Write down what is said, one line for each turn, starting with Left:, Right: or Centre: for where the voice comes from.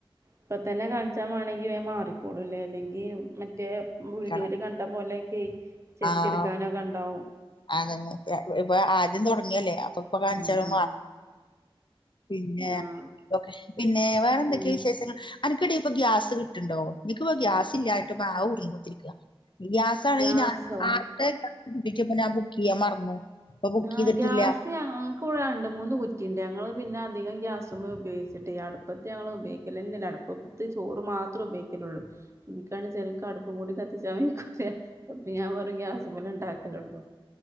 Right: ഇപ്പം തന്നെ കാണിച്ചാ മേണെങ്കി മാറിക്കോളൂല്ലേ അല്ലെങ്കി മറ്റേ
Left: പറയ്ണെ
Right: വീഡിയോലു കണ്ട പോലെയൊക്കെ ചെത്തി
Left: ആഹ്
Right: എടുക്കാനൊക്കെ ഇ ണ്ടാവും
Left: അതന്നെ ഇപ്പൊ ആദ്യം തൊ ടങ്ങിയല്ലേ അപ്പൊ ഇപ്പൊ കാണിച്ചള
Right: ഉം ഉം
Left: മാറും പിന്നെ
Right: ആഹ്
Left: ഓക്കെ പിന്നെ വേറെ എന്തൊക്കെയാ
Right: ഉം
Left: വിശേഷങ്ങൾ അനിക്കിടെ ഇപ്പൊ ഗ്യാസ് കി ട്ടുണ്ടോ നിക്കിപ്പം ഗ്യാസ്സില്ലായിട്ട് ആ ഉടുങ്ങിത്തിരിക്ക ഗ്യാസ ആണെങ്കി
Right: ഗ്യാസോ
Left: ഞാനെ <unintelligible> ബുക്ക് ചെയ്യാൻ മറന്നു ഇപ്പൊ ബുക്ക് ചെയ്തിട്ടില്ല
Right: ആ ഗ്യാസ് ഞങ്ങക്കിവിടെ രണ്ട് മൂന്ന് കുറ്റിയുണ്ട് ഞങ്ങളെ പിന്നധികം ഗ്യാസ് ഉപയോഗിച്ചിട്ട് ഈ അടുപ്പത്തി ഉപയോഗിക്ക അടുപ്പത്തി ചോറ് മാത്രേ ഉപയോഗിക്കലുള്ളൂ എനി <unintelligible> നക്ക് അടുപ്പും കൂടി കത്തിച്ചാ മിക്കല്ല അപ്പം ഞാൻ പറേം ഗ്യാസ്സിന്മേലുണ്ടാക്കലു ള്ളു